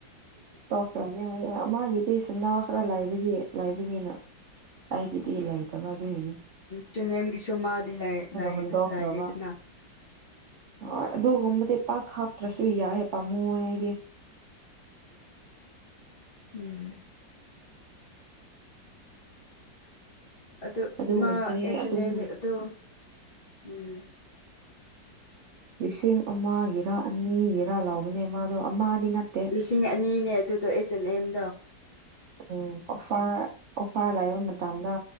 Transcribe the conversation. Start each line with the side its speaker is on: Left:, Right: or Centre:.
Right: ꯇꯧꯈ꯭ꯔꯒꯦ ꯑꯃꯒꯤꯒꯤꯗꯤ ꯁꯦꯟꯗꯥꯕ ꯈꯔ ꯂꯥꯏꯕꯒꯤ ꯂꯥꯏꯕꯒꯤꯅ ꯀꯥꯏꯒꯤꯗꯤ ꯏꯂꯥꯏꯗ ꯃ ꯑꯗꯨꯅꯤ꯫
Left: ꯆꯨꯅꯝꯒꯤꯁꯨ ꯃꯥꯗꯤ
Right: ꯍꯨꯟꯗꯣꯛꯈ꯭ꯔꯕ
Left: ꯂꯥꯏꯌꯦꯗꯅ꯫
Right: ꯍꯣꯏ ꯑꯗꯨꯒꯨꯝꯕꯗꯤ ꯄꯥꯛ ꯍꯥꯞꯇ꯭ꯔꯁꯨ ꯌꯥꯏ ꯄꯥꯝꯃꯨ ꯑꯩꯗꯤ꯫
Left: ꯎꯝ ꯑꯗꯨ
Right: ꯑꯗꯨꯒꯨꯝꯕꯗꯤ
Left: ꯃꯥ ꯑꯦꯅꯦꯃꯤ
Right: ꯑꯗꯨꯝ
Left: ꯑ ꯎꯝ
Right: ꯂꯤꯁꯤꯡ ꯑꯃ ꯍꯔꯥ ꯑꯅꯤ ꯍꯔꯥ ꯂꯧꯕꯅꯦ ꯃꯥꯗꯣ ꯑꯃꯗꯤꯗꯤ ꯅꯠꯇꯦ
Left: ꯂꯤꯁꯤꯡ ꯑꯅꯤꯅꯦ ꯑꯗꯨꯗꯣ ꯑꯩꯆ ꯑꯦꯟ ꯑꯦꯝꯗ
Right: ꯎꯝ ꯑꯣꯐꯔ ꯑꯣꯐꯥꯔ ꯂꯥꯏꯕ ꯃꯇꯝꯗ